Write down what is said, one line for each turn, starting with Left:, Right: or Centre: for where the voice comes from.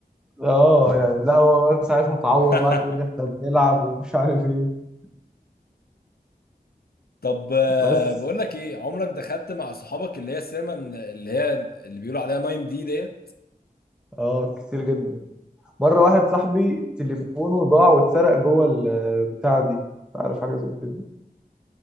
Centre: اه يعني لا هو بقى ساعتها اتعور
Left: <laughs>
Centre: وقعد يقول لي احنا بنلعب ومش عارف ايه
Left: طب آه،
Centre: بس
Left: بقول لك ايه عمرك دخلت مع صحابك اللي هي السينما اللي هي اللي بيقولوا عليها 9 دي ديت
Centre: اه كتير جدا مره واحد صاحبي تليفونه ضاع واتسرق جوه البتاع دي مش عارف حاجه زي كده